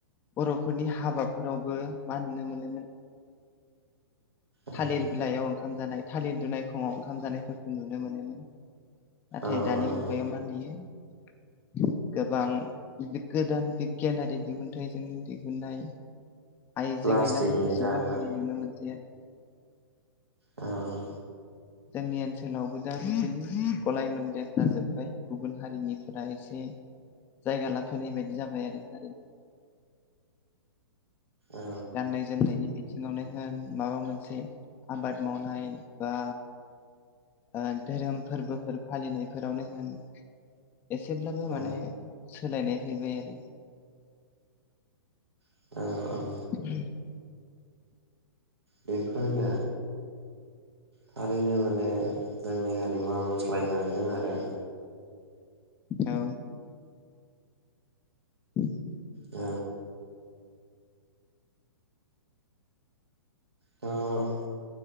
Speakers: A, on the left; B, on the right.
A: बर'फोरनि हाबाफोरावबो मा नुनो मोनोमोन।
B: औ
A: थालिर बिलाइयाव ओंखाम जानाय थालिर दुनाय खङाव ओंखाम जानायफोरखौ नुनो मोनो नों नाथाय
B: औ
A: दानि मुगायाव
B: औ
A: मा नुयो। गोबां गोदान बिगियानारि दिहुनथाइजों दिहुननाय आइजें
B: प्लास्टिकनि
A: आयलाफोरखौसो
B: जाग्रा
A: बाहायनाय नुनो मोन्दों।
B: औ
A: जोंनि ओनसोलावबो दा गलाय मोनदेर जोब्बाय गुबुन हारिनिफोरा एसे जायगा लाफैनाय बायदि जाबाय आरो हारि
B: औ
A: गाननाय जोमनायनि बि थिङावनो होन माबा मोनसे आबाद मावनाय बा ओ धोरोम फोरबोफोर फालिनायफोरावनो होन एसेब्लाबो
B: औ
A: माने सोलायनाय फैबाय आरो।
B: औ औ
A: उम
B: बेफोरनो थारैनो माने जोंनि हारिमुवा बस्लायलांदों आरो।
A: औ <inaudible>
B: ओ थ'